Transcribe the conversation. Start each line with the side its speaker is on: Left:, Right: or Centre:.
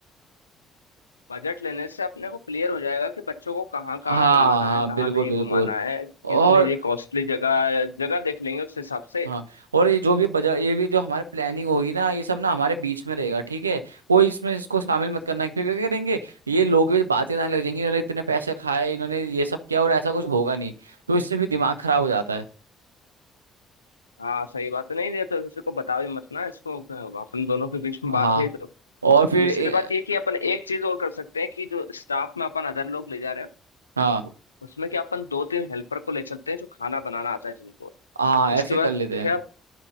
Left: बजट लेने से अपने को क्लियर हो जाएगा कि बच्चों को कहाँ कहाँ
Right: हाँ
Left: घुमाना
Right: हाँ
Left: है कहाँ
Right: बिल्कुल
Left: नहीं
Right: बिल्कुल
Left: घुमाना है कितनी
Right: और
Left: ये कॉस्टली जगह जगह देख लेंगे उस हिसाब से
Right: हाँ और ये जो भी बजा ये भी जो हमारे प्लानिंग होगी ना ये सब ना हमारे बीच में रहेगा ठीक है कोई इसमें इसको शामिल मत करना फिर क्या करेंगे ये लोग भी बातें ना लग जाएंगी इन्होंने इतने पैसे खाए इन्होंने ये सब किया और ऐसा कुछ होगा नहीं तो इससे भी दिमाग खराब हो जाता है
Left: हाँ सही बात है नहीं ये तो किसी को बता भी मत ना इसको अपन दोनों के बीच में
Right: हाँ
Left: बात है ये तो
Right: और फिर
Left: दूसरी
Right: ए,
Left: बात ये कि अपन एक चीज और कर सकते हैं कि जो स्टाफ में अपन अदर लोग ले जा रहे हैं
Right: हाँ
Left: उसमें क्या अपन दो तीन हेल्पर को ले चलते हैं जो खाना बनाना आता है जिनको
Right: हाँ ऐसे
Left: उसके बाद
Right: कर लेते हैं
Left: क्या